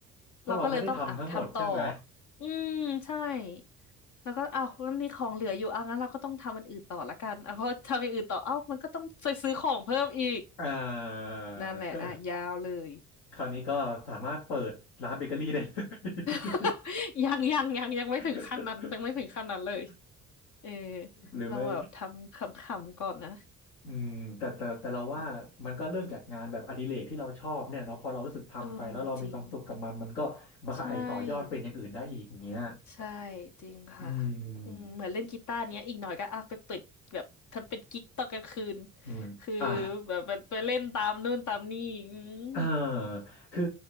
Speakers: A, on the left (about 75°); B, on the left (about 55°).
A: เพราะเราไม่ได้ทำทั้งหมดใช่ไหม
B: เราก็เลยต้องอ้าวทำต่ออืมใช่ แล้วก็เอ้างั้นมีของเหลืออยู่เอางั้นเราก็ต้องทำอันอื่นต่อละกันอ่ะเพราะทำอย่างอื่นต่อเอ้ามันก็ต้องไปซื้อของเพิ่มอีก
A: อ่า
B: นั่นแหละอ่ะยาวเลย
A: ก็คราวนี้ก็สามารถเปิดร้านเบเกอรี่ได้เลย
B: <laughs> ยังยังยังยังไม่ถึงขั้นนั้นยังไม่ถึงขั้นนั้นเลย
A: <laughs>
B: เออ
A: หรือไม่
B: ลองแบบทำขำๆก่อนนะ
A: อืมแต่แต่แต่เราว่ามันก็เริ่มจากงานแบบอดิเรกที่เราชอบเนี่ยเนาะพอเรารู้สึกทำไปแล้วเรามีความสุขกับมันมันก็มันก็ไอต่อยอดเป็นอย่างอื่นได้อีกอย่างเงี้ย
B: อืมเออจริงใช่ใช่จริงค่ะ
A: อืม
B: อืมเหมือนเล่นกีตาร์เนี้ยอีกหน่อยก็อ่ะไปเปิดแบบทำเป็นกิ๊กตอนกลางคืน
A: อืมอ่า
B: คือแบบไปเล่นตามนู่นตามนี่อืม
A: อ่าคือ